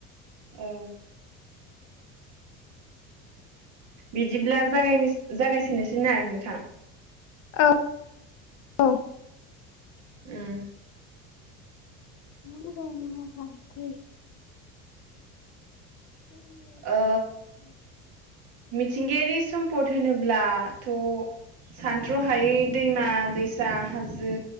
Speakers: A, on the right; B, on the left.
A: ओं बिदिब्ला जागायनोस जागायसोनोसैना नोंथां।
B: ओ औ
A: उम
B: माहोनदों माजाखो
A: ओ मिथिंगायारि सम्पद होनोब्लाथ' सानथ्र' हायै दैमा दैसा हाजो